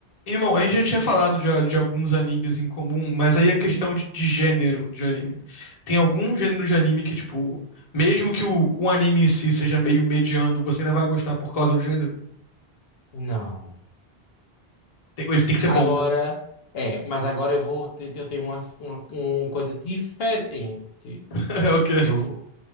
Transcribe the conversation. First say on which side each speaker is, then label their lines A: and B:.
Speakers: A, on the left; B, on the left.
A: Irmão, a gente já tinha falado de, de alguns animes em comum, mas aí a questão de, de gênero de anime. Tem algum gênero de anime que, tipo, mesmo que o, o anime em si seja meio mediano, você ainda vai gostar por causa do gênero?
B: Não.
A: Tem- ele tem que ser
B: Agora,
A: bom, né?
B: é, mas agora eu vou ter, eu tenho uma, uma, uma coisa diferente.
A: <laughs> É o quê?
B: Eu vou-